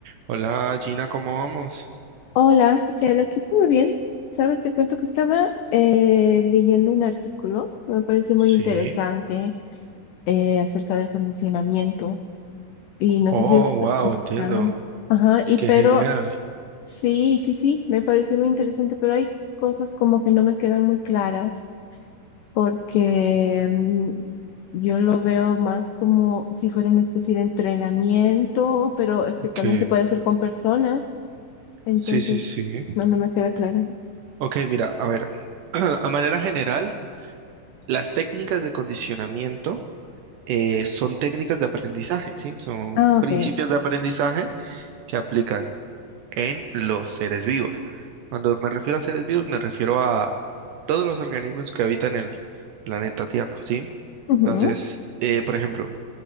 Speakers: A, on the right (about 75°); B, on the left (about 85°).
A: Hola Gina, ¿cómo vamos?
B: Hola, Chelo, lo quito muy bien. Sabes, te cuento que estaba eh, leyendo un artículo que me pareció muy
A: Sí,
B: interesante eh, acerca del condicionamiento y no
A: Oh,
B: sé si has
A: wow,
B: escuchado.
A: entiendo.
B: Ajá, y
A: Qué
B: pero
A: genial.
B: sí, sí, sí, me pareció muy interesante, pero hay cosas como que no me quedan muy claras porque mm, yo lo veo más como si fuera una especie de entrenamiento, pero es
A: Ok.
B: que también se puede hacer con personas. Entonces,
A: Sí, sí, sí.
B: no, no me queda claro.
A: Ok, mira, a ver. <clears throat> A manera general, las técnicas de condicionamiento eh, son técnicas de aprendizaje, ¿sí? Son
B: Ah, ok.
A: principios de aprendizaje que aplican en los seres vivos. Cuando me refiero a seres vivos, me refiero a todos los organismos que habitan el planeta Tierra, ¿sí?
B: Ujú,
A: Entonces, eh, por ejemplo,